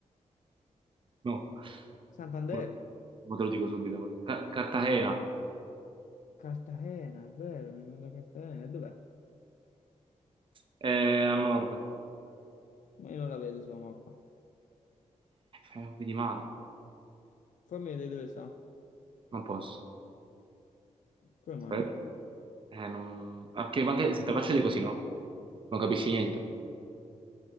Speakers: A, on the right; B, on the left.
A: No,
B: Santander.
A: mo mo te lo dico subito. Ca- Cartagena,
B: Cartagena, è vero, venivo da Cartagena. E Dov'è?
A: è a nord.
B: Ma io non la vedo sulla mappa.
A: Eh, non vedi male,
B: Fammi vedere dove sta.
A: non posso.
B: Come
A: Aspetta.
B: mai?
A: Eh, non... ah, che- ma anche se te faccio dei così, no? Non capisci niente.